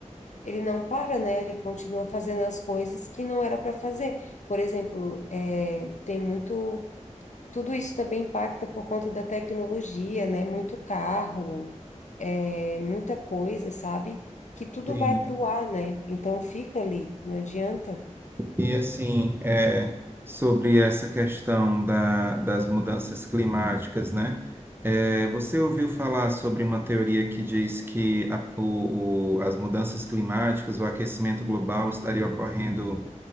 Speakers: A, on the left; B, on the right.
A: ele não para, né? Ele continua fazendo as coisas que não era para fazer. Por exemplo, é, tem muito... Tudo isso também impacta por conta da tecnologia, né? Muito carro, é, muita coisa, sabe? Que tudo
B: Sim.
A: vai para o ar, né? Então fica ali, não adianta.
B: E assim, é, sobre essa questão da- das mudanças climáticas, né? É, você ouviu falar sobre uma teoria que diz que a- o- o- as mudanças climáticas, o aquecimento global estaria ocorrendo